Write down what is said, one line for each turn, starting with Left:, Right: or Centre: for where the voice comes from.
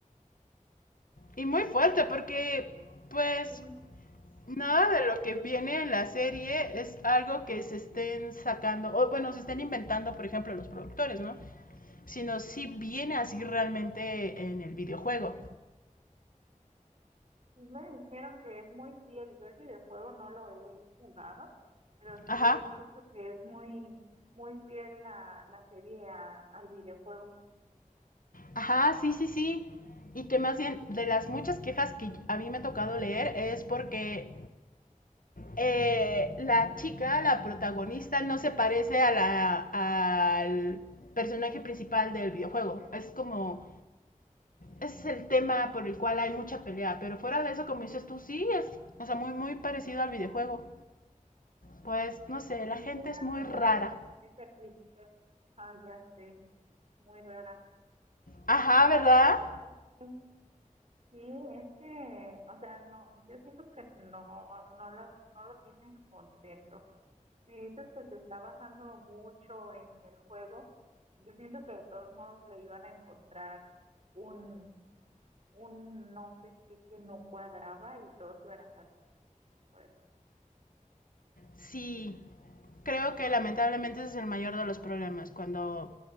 Left: Y muy fuerte porque, pues,
Right: Ay, sí,
Left: nada de lo que viene en la serie es algo que se estén sacando, o bueno, se estén inventando, por ejemplo, los productores, ¿no? Sino si viene así realmente en el videojuego.
Right: sí Me dijeron que es muy fiel. Yo el videojuego no lo he jugado, pero
Left: Ajá,
Right: sí escucho que es muy, muy fiel la, la serie a- al videojuego.
Left: ajá, sí, sí, sí. Y que más bien de las muchas quejas que a mí me ha tocado leer es porque eh, la chica, la protagonista, no se parece a la, a, al personaje principal del videojuego. Es como, ese es el tema por el cual hay mucha pelea. Pero fuera de eso, como dices tú, sí, es, o sea, muy, muy parecido al videojuego. Pues, no sé,
Right: Mm,
Left: la gente
Right: Sí me
Left: es
Right: ha
Left: muy
Right: tocado
Left: rara.
Right: ver esa crítica. Ah, ya sé, muy rara.
Left: Ajá, ¿verdad?
Right: Oye, Sí, es que, o sea, no, yo siento que no, no las, no lo tienes contento. Si dices que se está basando mucho en el juego, yo pienso que de todos modos le iban a encontrar un un no sé qué que no cuadraba y todos iban a estar descontentos por ese
Left: Sí, creo que lamentablemente ese es el mayor de los problemas, cuando